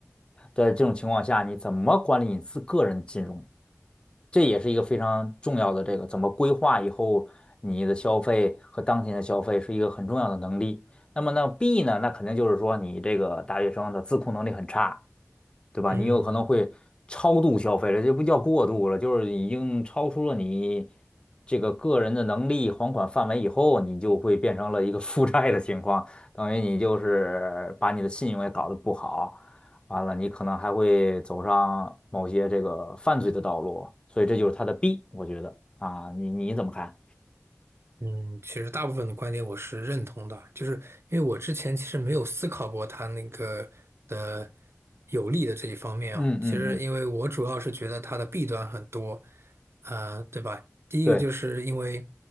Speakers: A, on the left; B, on the right.
A: 在这种情况下，你怎么管理你自个人金融？这也是一个非常重要的这个怎么规划以后你的消费和当前的消费是一个很重要的能力。那么呢，B 呢，那肯定就是说你这个大学生的自控能力很差，对吧？
B: 嗯
A: 你有可能会超度消费了，这不叫过度了，就是已经超出了你这个个人的能力还款范围以后，你就会变成了一个负债的情况，等于你就是把你的信用也搞得不好。完了你可能还会走上某些这个犯罪的道路，所以这就是它的弊，我觉得啊，你你怎么看？
B: 嗯，其实大部分的观点我是认同的，就是因为我之前其实没有思考过它那个的有利的这一方面啊。
A: 嗯嗯嗯，
B: 其实因为我主要是觉得它的弊端很多，呃，对吧？第一个就是因为
A: 对，